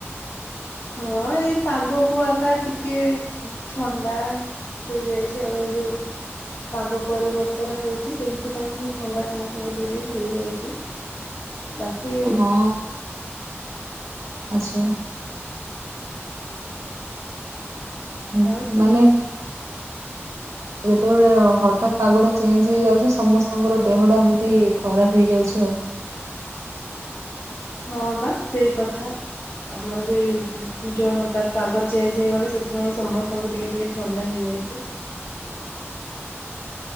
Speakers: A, on the left; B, on the right.
A: ହଁ ଏଇ ପାଗକୁ ଆକା ଟିକେ ଥଣ୍ଡା ହେଇଯାଇଛି ଆଉ ଯୋଉ ପାଗ ପରିବର୍ତ୍ତନ ହଉଛି ସେଇଥିପାଇଁ ହିଁ ଥଣ୍ଡା ସମସ୍ତଙ୍କୁ ଟିକେ ହେଇଯାଇଛି। ବାକି-ଇ।
B: ହଁ ଆଚ୍ଛା। ହୁଁ
A: ଆଉ
B: ମାନେ। ଯେତେବେଳେ ଅ-ହଠାତ୍ ପାଗଟା ଚେଞ୍ଜ ହେଇଯାଉଛି ସମସ୍ତଙ୍କର ଦେହଟା ଏମିତି ଖରାପ ହେଇଯାଉଛି ଆଉ।
A: ହଁ ବା ସେଇ କଥା ଆମର ଯେ ଯଉ ହଠାତ୍ ପାଗ ଚେଞ୍ଜ ହେଇଗଲେ ସେଥିପାଇଁ ସମସ୍ତଙ୍କୁ ଟିକେ ଟିକେ ଥଣ୍ଡା ହେଇଯାଇଛି।